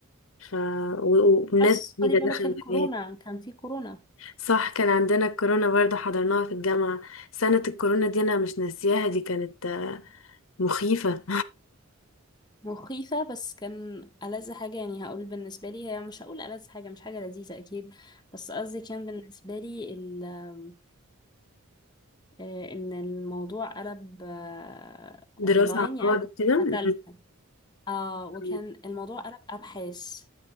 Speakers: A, on the left (about 65°); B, on the left (about 20°).
A: ف و- و- وناس
B: بس
A: جديدة
B: خدي بالك
A: دخلت
B: الكورونا
A: الحياة
B: كان في كورونا
A: صح كان عندنا الكورونا برضه حضرناها في الجامعة سنة الكورونا دي أنا مش ناسياها دي كانت مخيفة
B: مخيفة بس كان ألذ حاجة يعني هقول بالنسبة لي هي مش هقول ألذ حاجة مش حاجة لذيذة أكيد بس قصدي كان بالنسبة لي ال آه، إن الموضوع قلب آه،
A: دراسة
B: أونلاين
A: عن
B: يعني
A: بعد
B: أنا كنت في
A: كده م-
B: سنة تالتة آه وكان
A: م.
B: الموضوع قلب أبحاث